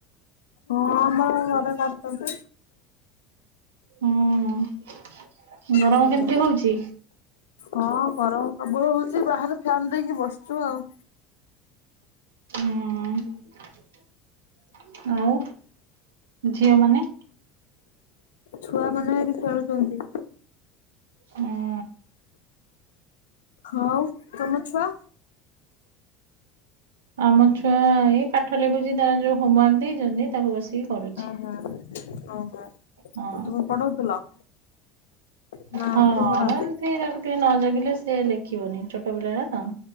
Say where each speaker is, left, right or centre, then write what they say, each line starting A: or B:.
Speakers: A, on the left (about 80°); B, on the right (about 85°).
A: ହଁ ଆମର ଘରେ ଭାତ ତ।
B: ହୁଁ ଗରମ
A: ହୁଁ
B: କେମିତି ହଉଛି?
A: ହଁ ଗରମ ସବୁ ହଉଛି ବାହାରେ ଫ୍ୟାନ୍ ଦେଇକି ବସିଛୁ ଆଉ।
B: ହୁଁ ଆଉ ଝିଅ ମାନେ?
A: ଛୁଆମାନେ ଏଠି ଖେଳୁଛନ୍ତି।
B: ହୁଁ।
A: ହଁ ତମ ଛୁଆ?
B: ଆମ ଛୁଆ ଏଇ ପାଠ ଲେଖୁଛି ତାର ଯୋଉ ହୋମୱାର୍କ ଦେଇଛନ୍ତି ତାକୁ ବସିକି କରୁଛି।
A: ହଁ ଓହୋ
B: ହଁ
A: ତୁମେ ପଢଉଥିଲ। ନା
B: ହଁ
A: କିଏ ପଢନ୍ତି
B: ଏମିତି ତାକୁ ଟିକେ ନ ଜଗିଲେ ସେ ଲେଖିବନି ଛୋଟ ପିଲାଟା ତ।